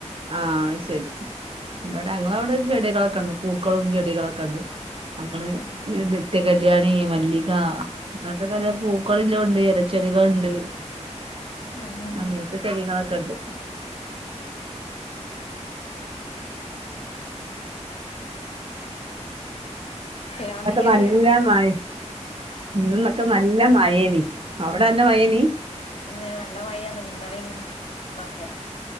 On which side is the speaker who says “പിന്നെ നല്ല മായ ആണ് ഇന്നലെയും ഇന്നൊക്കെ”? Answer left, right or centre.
Left